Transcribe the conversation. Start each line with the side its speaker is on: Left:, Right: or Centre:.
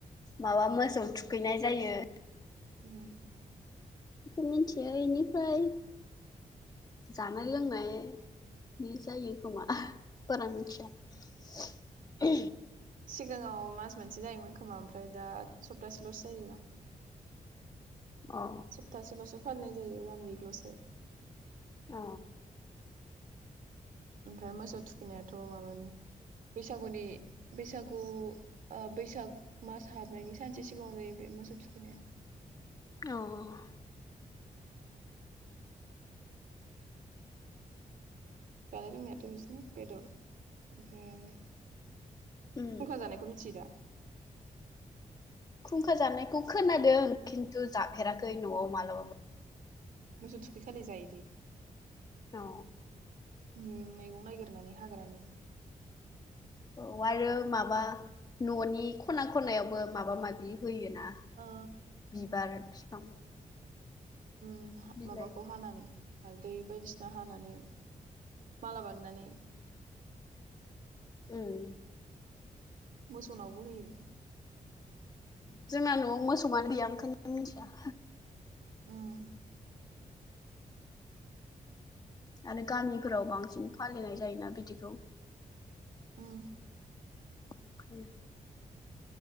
Left: माबा मोसौ थुखैनाय जायो
Right: उम
Left: बेखौ मिथियो बेनिफ्राय जानाय लोंनाय बे जायो खोमा बारा मिथिया।
Right: सिगाङाव मास मोनसे जायोमोन खोमा ओमफ्राय दा सप्तासेल'सो जायो।
Left: औ।
Right: सप्तासेल'सो फालिनाय जायो ववान उइकल'सो।
Left: औ।
Right: ओमफ्राय मोसौ थुखैनायाथ' माबानि, बैसागुनि बैसागु ओ बैसाग मास हाबनायनि सानसे सिगाङाव जायो बे मोसौ थुखैनाया।
Left: औ औ।
Right: जानाय लोंनायाथ' बिदिनो बेदर ओमफ्राय आरो
Left: उम
Right: खुंखा जानाय खौ मिथियोदा?
Left: खुंखा जानायखौ खोनादों खिन्थु जाफेराखै न'आव मालाबाबो।
Right: मोसौ थुखै खालि जायो दी।
Left: औ।
Right: उ मैगं नागिरनानै हाग्रानि
Left: औ आरो माबा न'नि खना खनायावबो माबा माबि होयो ना।
Right: ओ
Left: बिबार बिफां
Right: उ
Left: बिलाइ
Right: माबाखौ हानानै हालदै बायदिसिना हानानै, माला बानायनानै सोना दोनो
Left: उम
Right: मोसौनावबो होयो।
Left: जोंना न'आव मोसौआनो गैया ओंखायनो मिथिया।
Right: ओम।
Left: आरो गामिफोराव बांसिन फालिनाय जायोना बिदिखौ?
Right: उम
Left: उखैयो।